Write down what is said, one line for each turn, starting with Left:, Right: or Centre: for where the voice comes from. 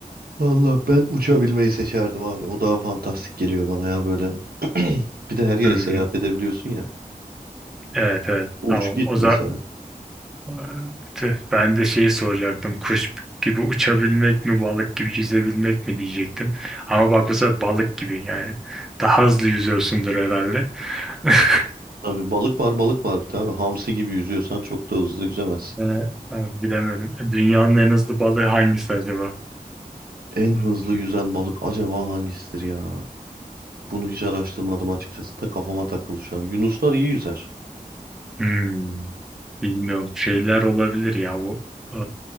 Right: Valla ben uçabilmeyi seçerdim abi. O daha fantastik geliyor bana ya böyle. <clears throat> Bir de her yere
Centre: Hmm,
Right: seyahat edebiliyorsun ya.
Centre: evet evet
Right: Uç
Centre: tamam.
Right: git
Centre: O,
Right: mesela.
Centre: Aa, tüh, Ben de şeyi soracaktım. Kuş gibi uçabilmek mi, balık gibi yüzebilmek mi diyecektim. Ama bak bu sefer balık gibi yani. Daha hızlı yüzüyorsundur herhalde. <laughs>
Right: Tabii balık var balık var bir de abi. Hamsi gibi yüzüyorsan çok da hızlı yüzemezsin.
Centre: Ee, e, bilemedim. Dünyanın en hızlı balığı hangisi acaba?
Right: En
Centre: Hmm,
Right: hızlı yüzen balık acaba hangisidir ya? Bunu hiç araştırmadım açıkçası da kafama takıldı şu an. Yunuslar iyi yüzer.
Centre: hmm, bilmiyorum. Şeyler olabilir ya bu. Ee,